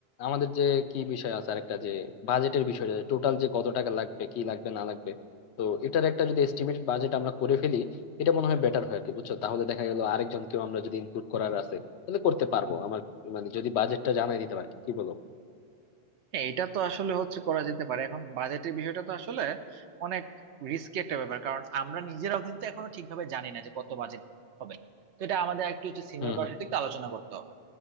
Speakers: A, on the left; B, on the right.
A: আমাদের যে কি বিষয় আছে আরেকটা যে বাজেটের বিষয় টোটাল যে কত টাকা লাগবে কি লাগবে না লাগবে তো এটার একটা যদি এস্টিমেটেড বাজেট আমরা করে ফেলি এটা মনে হয় বেটার হয় আর কি বুঝছো তাহলে দেখা গেল আরেকজনকেও আমরা যদি ইনক্লুড করার আছে তাহলে করতে পারবো আমার মানে যদি বাজেটটা জানাই দিতে পারি কি বলো
B: হ্যাঁ এটা তো আসলে হচ্ছে করা যেতে পারে এখন বাজেটের বিষয়টা তো আসলে অনেক রিস্কি একটা ব্যাপার কারণ আমরা নিজেরাও কিন্তু এখনো ঠিকভাবে জানি না যে কত বাজেট হবে তো এটা আমাদের একটু হচ্ছে সিনিয়র
A: হুম
B: কারোর
A: হুম
B: সাথে একটু আলোচনা করতে হবে